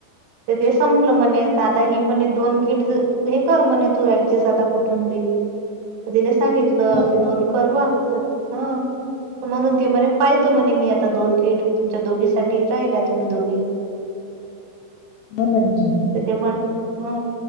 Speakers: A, on the right; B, on the left.
A: त ते संपलं म्हणे तर ति म्हणे ही म्हणे दोन कीट हे कर म्हणे तू ऍडजस्ट आता कुठून बी. तिले सांगितलं
B: हो
A: की
B: का?
A: दोन करबा त ह म्हणून ते म्हणे पायतो म्हणे मी आता दोन गीट, तुमच्या दोघी साठी राहिल्या तुम्ही दोघी.
B: बघना विचारून
A: तिथे मग हा